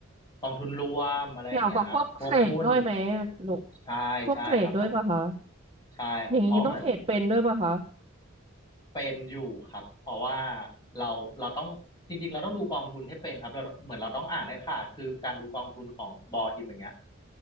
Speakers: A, on the left; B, on the right.
A: กองทุนรวมอะไรอย่างเงี้ยครับพวกหุ้น
B: เกี่ยวกับพวกเทรดด้วยไหมลูก
A: ใช่ใช่ครับเพราะ
B: พวกเทรดด้วยปะคะ
A: ใช่ครับเพราะเหมือน
B: อย่างนี้ต้องเทรดเป็นด้วยปะคะ
A: เป็นอยู่ครับเพราะว่าเราเราต้องจริงๆเราต้องดูกองทุนให้เป็นครับเราเหมือนเราต้องอ่านให้ขาดคือการดูกองทุนของบอฮิมอย่างเงี้ย